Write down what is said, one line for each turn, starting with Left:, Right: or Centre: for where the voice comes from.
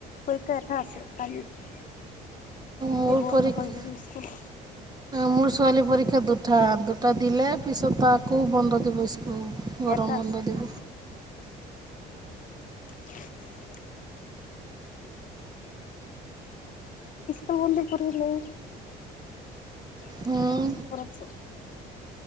Left: পৰীক্ষা এটা আছে কালি তে
Right: মোৰ
Left: বন্ধ
Right: পৰীক্ষা
Left: হৈ যাব স্কুল
Right: মোৰ ছোৱালী পৰীক্ষা দুটা দুটা দিলে পিছত তাকো বন্ধ দিব স্কুল গৰম
Left: এটা
Right: বন্ধ
Left: আছে।
Right: দিব
Left: <unintelligible> স্কুল বন্ধ কৰিলে ঘৰত
Right: মই
Left: যাম